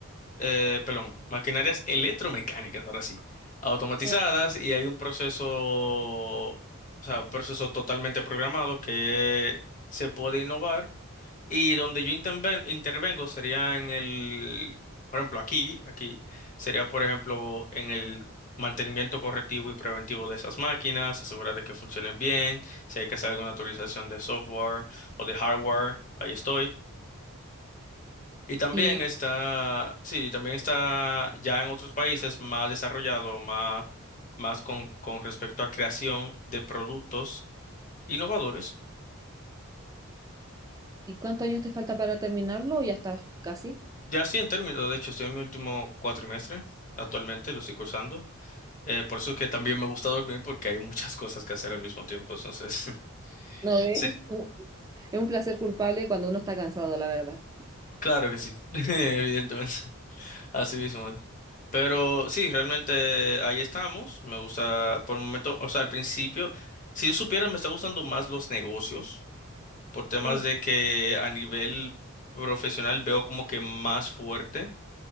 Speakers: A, on the left; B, on the right.
A: eh, perdón, maquinarias electromecánicas, ahora sí, automatizadas,
B: Oh.
A: y hay un proceso, o sea, un proceso totalmente programado que se puede innovar Y donde yo interven- intervengo sería en el, por ejemplo, aquí, aquí sería, por ejemplo, en el mantenimiento correctivo y preventivo de esas máquinas, asegurar de que funcionen bien, si hay que hacer alguna actualización de software o de hardware, ahí estoy. Y también
B: ¿Y,
A: está, sí, también está ya en otros países más desarrollado, más, más con, con respecto a creación de productos innovadores.
B: y cuántos años te falta para terminarlo o ya estás casi?
A: Ya sí, en términos, de hecho, estoy en mi último cuatrimestre, actualmente lo estoy cursando. Eh, por eso es que también me gusta dormir porque hay muchas cosas que hacer al mismo tiempo, entonces, <laughs>
B: No, ves,
A: sí,
B: es un, es un placer culpable cuando uno está cansado, la verdad.
A: claro que sí, <laughs> evidentemente, así mismo es. Pero sí, realmente ahí estamos, me gusta por el momento, o sea, al principio, si supieran, me está gustando más los negocios, por temas
B: Oh,
A: de que a nivel profesional veo como que más fuerte.